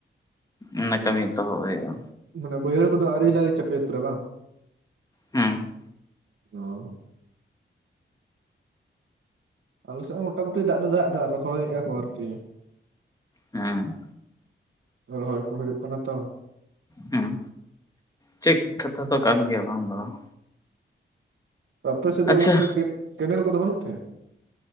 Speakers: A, on the left; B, on the right.
A: ᱚᱱᱟ ᱠᱟᱹᱢᱤ ᱮᱛᱚᱦᱚᱵ ᱦᱩᱭᱩᱜᱼᱟ
B: ᱢᱟᱱᱮ ᱵᱟᱹᱭᱦᱟᱲ ᱠᱚᱫᱚ ᱟᱣᱨᱤ ᱞᱟᱞᱮ ᱪᱟᱯᱮ ᱩᱛᱟᱹᱨᱚᱜ-ᱟ ᱵᱟᱝ
A: ᱦᱮᱸ
B: ᱚ ᱟᱞᱮᱮᱥᱮᱫ ᱦᱚ ᱢᱚᱴᱟᱟᱢᱩᱴᱤ ᱫᱟᱜ ᱫᱚ ᱫᱟᱜ ᱮ ᱫ ᱨᱚᱦᱚᱭᱮᱫᱼᱟ ᱠᱚ ᱟᱨᱠᱤ
A: ᱦᱮᱸ
B: ᱨᱚᱦᱚᱭ ᱠᱚ ᱦᱩᱭᱩᱜ ᱠᱟᱱᱟ ᱛᱚ
A: ᱦᱮᱸ ᱴᱷᱤᱠ ᱠᱟᱛᱷᱟ ᱫᱚ ᱠᱟᱱ ᱜᱮᱭᱟ ᱵᱟᱝ ᱫᱚ ᱵᱟᱝ
B: ᱟᱯᱮᱥᱮᱫ ᱫᱚ
A: ᱟᱪᱪᱷᱟ
B: ᱜᱚᱝᱠᱮ ᱪᱮᱫ ᱠᱮᱱᱮᱞ ᱠᱚᱫᱚ ᱵᱟᱱᱩᱜ ᱛᱮ